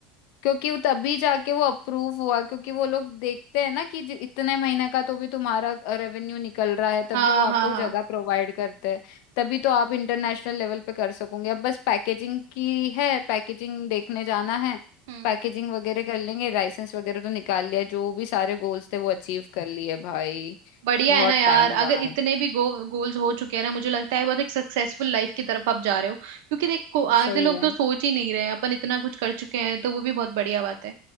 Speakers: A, on the left; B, on the right.
A: क्योंकि वो तभी जाके वो अप्रूव हुआ क्योंकि वो लोग देखते हैं ना कि जि- इतने महीने का तो भी तुम्हारा रेवेन्यू निकल रहा है तभी
B: हाँ
A: वो आपको
B: हाँ हाँ
A: जगह प्रोवाइड करते हैं तभी तो आप इंटरनेशनल लेवल पे कर सकोगे अब बस पैकेजिंग की है पैकेजिंग देखने जाना है
B: हम्म
A: पैकेजिंग वगैरह कर लेंगे लाइसेंस वगैरह तो निकाल लिया जो भी सारे गोल्स थे वो अचीव कर लिए भाई
B: बढ़िया
A: बहुत
B: है ना यार
A: टाइम बाद
B: अगर इतने भी गो, गोल्स हो चुके हैं ना मुझे लगता है बहुत एक सक्सेसफुल लाइफ की तरफ आप जा रहे हो क्योंकि देखो आधे
A: सही
B: लोग
A: है
B: तो सोच ही नहीं रहे अपन इतना कुछ कर चुके हैं तो वो भी बहुत बढ़िया बात है